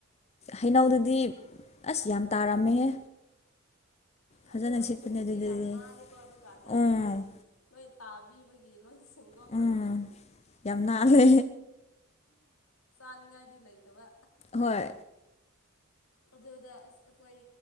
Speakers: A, on the left (about 30°); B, on the left (about 85°).
A: ꯍꯩꯅꯧꯗꯨꯗꯤ ꯑꯁ ꯌꯥꯝ ꯇꯥꯔꯝꯃꯦꯍꯦ꯫ ꯐꯖꯅ
B: ꯑꯗꯣ
A: ꯁꯤꯠꯄꯅꯦ
B: ꯈꯨꯟꯗꯤ
A: ꯑꯗꯨꯗꯗꯤ
B: ꯌꯥꯝ ꯅꯥꯂꯤꯀꯣ ꯑꯗꯨꯀꯥꯟꯗ
A: ꯎꯝ
B: ꯍꯥꯏꯗꯤ ꯃꯣꯏ ꯇꯥꯕꯤꯕꯒꯤ ꯂꯣꯏ ꯁꯦꯡ ꯈꯔꯗꯥ
A: ꯎꯝ ꯌꯥꯝ ꯅꯥꯜꯂꯦ
B: ꯆꯥꯟꯉꯥꯏꯗꯤ ꯂꯩꯇꯕ
A: ꯍꯣꯏ
B: ꯑꯗꯨꯗ ꯑꯩꯈꯣꯏ